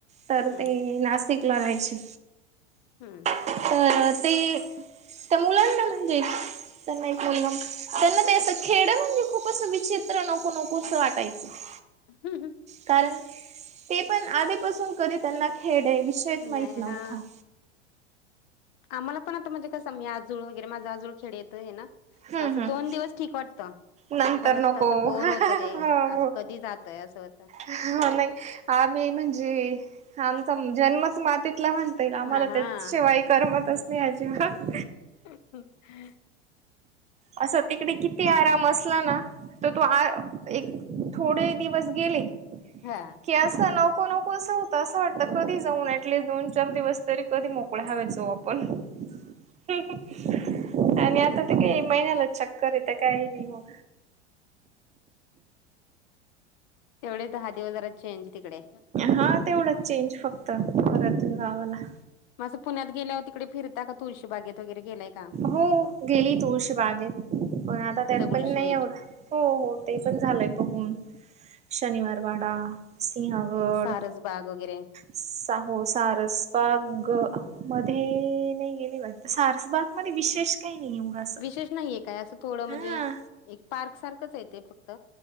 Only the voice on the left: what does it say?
हम्म
हम्म.
<unintelligible>
नाही
हा आम्हाला पण आता म्हणजे कसं? मी आजोळ वगैरे माझ आजूळ खेड्यातए ना?
असं
दोन दिवस ठीक वाटतं.
परतं
तसं बोअर
होतं ते. आ कधी जातोय असं होत.
म हा.
ह ह.
हा.
तेवढेच दहा दिवस जरा चेंज. तिकडे.
असं पुण्यात गेल्यावर तिकडे फिरता का? तुळशी बागेत वगैरे गेलाय का?
दगडूशेठ
सारसबाग वगैरे
विशेष म्हणजे काय? असं थोडं म्हणजे
एक पार्क सारखंच आहे. ते फक्त